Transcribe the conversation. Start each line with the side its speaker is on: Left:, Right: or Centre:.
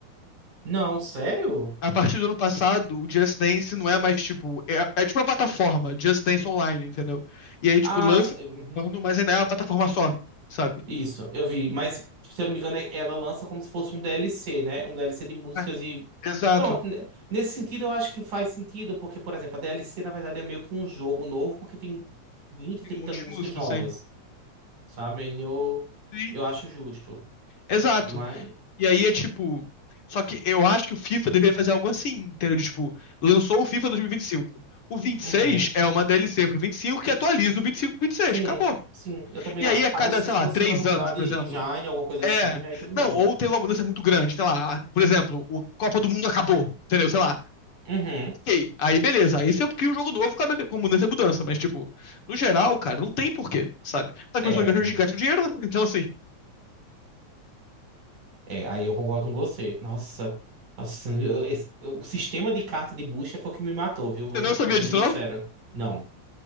Right: Não, sério?
Left: a partir do ano passado, o Just Dance não é mais tipo. É, é tipo uma plataforma, Just Dance Online, entendeu? E aí, tipo,
Right: Ah,
Left: lança
Right: s- uhum.
Left: um ano, mas ainda é uma plataforma só, sabe?
Right: Isso, eu vi, mas se eu não me engano, é, ela lança como se fosse um DLC, né? Um DLC de músicas
Left: É,
Right: e.
Left: exato.
Right: Pronto, né? nesse sentido eu acho que faz sentido, porque, por exemplo, a DLC na verdade é meio que um jogo novo, porque tem 20,
Left: Tem
Right: 30
Left: um monte
Right: músicas
Left: de música,
Right: novas,
Left: assim.
Right: sabe? Aí eu,
Left: Sim,
Right: eu acho justo.
Left: exato.
Right: Mas.
Left: E aí é tipo. Só que eu acho que o FIFA deveria fazer algo assim, entendeu? De, Tipo, lançou o FIFA 2025. O 26
Right: Uhum.
Left: é uma DLC pro 25 que atualiza o 25 pro 26.
Right: Sim,
Left: Acabou.
Right: sim, eu também
Left: E
Right: acho.
Left: aí, a cada,
Right: A não ser
Left: sei lá,
Right: que você
Left: três
Right: vai mudar
Left: anos,
Right: de
Left: por exemplo,
Right: genre, alguma coisa assim,
Left: É.
Right: aí tudo bem.
Left: Não, ou tem uma mudança muito grande, sei lá. Por exemplo, o Copa do Mundo acabou, entendeu? Sei lá.
Right: Uhum.
Left: Ok, aí beleza. Aí você cria um jogo novo com a meca- com mudança e mudança. Mas, tipo, no geral, cara, não tem porquê, sabe? As
Right: É.
Left: pessoas gastam,
Right: hum.
Left: gastam dinheiro, né? Então, assim,
Right: É, aí eu concordo com você. Nossa, nossa, eu- esse- o sistema de carta de bucha foi o que me matou, viu? Vou,
Left: você não sabia
Right: vou ser
Left: disso,
Right: bem
Left: não?
Right: sincero. Não.